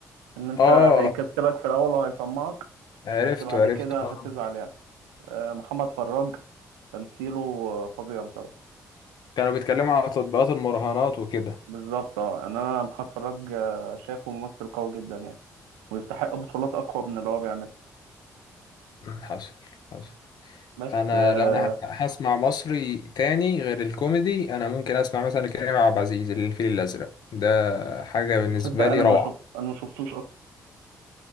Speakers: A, on the right (about 80°); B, on the left (about 60°).
A: ان انت
B: اه
A: هيكسبك في الاول وهيطمعك
B: عرفته
A: بس بعد
B: عرفته
A: كده هتزعل
B: اه
A: يعني آه، محمد فراج تمثيله آه، فظيع بصراحة
B: كانوا بيتكلموا على تطبيقات المراهنات وكده
A: بالظبط اه يعني انا محمد فراج آه، شايفه ممثل قوي جدا يعني ويستحق بطولات اقوى من اللي هو بيعملها
B: مم، حصل حصل
A: بس
B: انا
A: آه،
B: لو انا هسمع مصري تاني غير الكوميدي انا ممكن اسمع مثلا كريم عبد العزيز الفيل الازرق ده حاجة بالنسبة
A: تصدق انا
B: لي روعة
A: ما شفت انا ما شفتوش اصلا